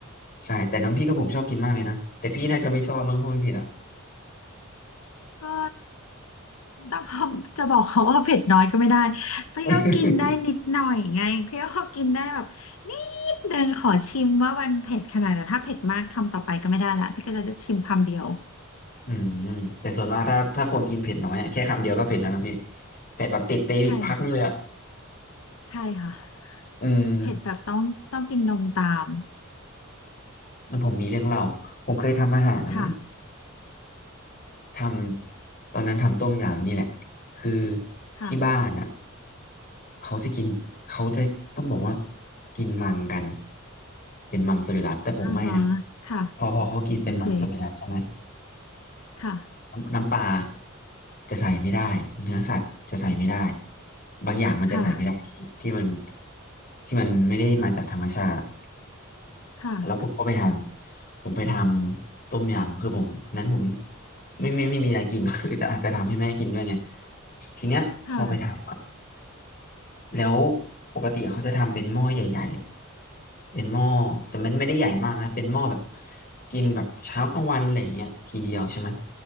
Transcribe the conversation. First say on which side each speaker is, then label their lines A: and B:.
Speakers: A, on the left; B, on the left.
A: ใช่แต่น้ำพริกก็ผมชอบกินมากเลยนะแต่พี่น่าจะไม่ชอบมั้งเพราะมันเผ็ดอ่ะ
B: ก็ ต้องเขาจะบอกเขาว่าเผ็ดน้อยก็ไม่ได้พี่ก็กินได้นิดหน่อยไงพี่ก็กินได้แบบนิดเดินงขอชิมว่ามันเผ็ดขนาดไหนแต่ถ้าเผ็ดมากคำต่อไปก็ไม่ได้ละพี่ก็จะชิมคำเดียว
A: <laughs> อืมแต่ส่วนมากถ้าถ้าคนกินเผ็ดน้อยอะแค่คำเดียวก็เผ็ดแล้วนะพี่เผ็ดแบบติดไปอีกพักนึงเลยอ่ะ
B: ใช่ค่ะใช่ค่ะ
A: อืม
B: เผ็ดแบบต้องต้องกินนมตาม
A: มันผมมีเรื่องเล่าผมเคยทำอาหาร
B: ค่ะ
A: ทำตอนนั้นทำต้มยำนี่แหละคือ
B: ค่ะ
A: ที่บ้านอ่ะเขาจะกินเขาจะต้องบอกว่ากินมังกันเป็นมังสวิรัติแต่ผมไม่นะ
B: อ่าฮะค่ะ
A: พอพอเขากินเป็นมังสวิรัติใช่ไหม
B: โอเคค่ะ
A: น้ำน้ำปลาจะใส่ไม่ได้เนื้อสัตว์จะใส่ไม่ได้บางอย่างมันจะใส่ไม่ได้ที่ที่มัน
B: ค่ะ
A: ที่มันไม่ได้มาจากธรรมชาติ
B: ค่ะ
A: แล้วผมก็ไปทำผมไปทำต้มยำคือผมนั้นผมไม่ไม่ไม่ไมมีอะไรกิน <laughs> คือจะอาจจะทำให้แม่กินด้วยไงทีเนี้ยพอไปทำอะ
B: ค่ะ
A: แล้วปกติเขาจะทำเป็นหม้อใหญ่ๆอะเป็นหม้อแต่มันไม่ได้ใหญ่มากนะเป็นหม้อแบบกินแบบเช้ากลางวันอะไรอย่างเงี้ยทีเดียวใช่ไหม